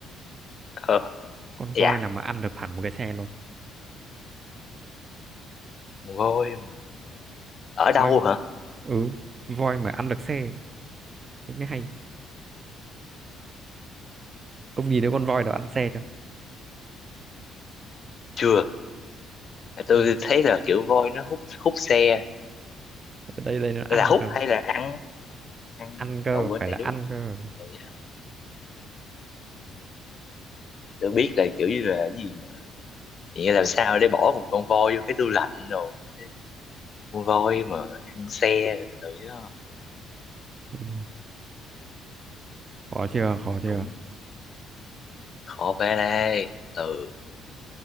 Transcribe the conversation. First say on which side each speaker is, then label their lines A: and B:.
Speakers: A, on the left; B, on the right.
A: ờ
B: Con voi
A: dạ
B: nào mà ăn được hẳn một cái xe luôn?
A: voi mà. ở đâu
B: voi
A: hả
B: ừ voi mà ăn được xe thế mới hay ông nhìn thấy con voi đó ăn xe chưa
A: chưa tôi
B: chưa
A: thấy là kiểu voi nó hút hút xe
B: ở đây đây nó ăn
A: là hút
B: cơ
A: hay là ăn ăn
B: ăn cơ
A: à, quên
B: phải
A: này
B: là
A: đúng
B: ăn
A: không?
B: cơ
A: Tụi ừ, tôi biết là kiểu như là cái gì mà chỉ làm sao để bỏ một con voi vô cái tủ lạnh rồi Chứ con voi mà ăn xe từ từ chứ
B: Thế thì- khó chưa khó chưa
A: cũng khó phải đây từ